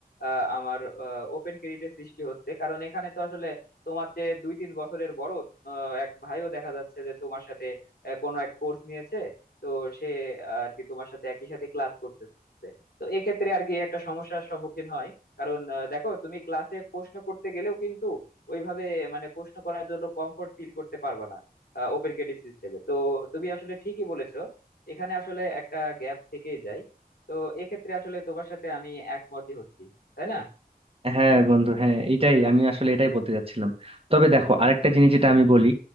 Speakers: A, on the left (about 75°); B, on the right (about 35°).
A: আহ, আমার ওপেন ক্রেডিটে সৃষ্টি হচ্ছে কারণ এখানে তো আসলে তোমার যে দুই তিন বছরের বড় আহ, এক ভাইও দেখা যাচ্ছে যে তোমার সাথে আহ, কোনো এক কোর্স নিয়েছে তো সে আর কি তোমার সাথে একই সাথে ক্লাস করতেছে তো এক্ষেত্রে আর কি একটা সমস্যার সম্মুখীন হয় কারণ আহ, দেখো তুমি ক্লাসে প্রশ্ন করতে গেলেও কিন্তু ওইভাবে মানে প্রশ্ন করার জন্য কমফোর্ট ফিল করতে পারবে না ওপেন ক্রেডিট সিস্টেমে তো তুমি আসলে ঠিকই বলেছো এখানে আসলে একটা গ্যাপ থেকেই যায় তো এক্ষেত্রে আসলে তোমার সাথে আমি একমতই হচ্ছি তাই না
B: হ্যাঁ বন্ধু হ্যাঁ এটাই আমি আসলে এটাই বলতে চাচ্ছিলাম তবে দেখো আরেকটা জিনিস যেটা আমি বলি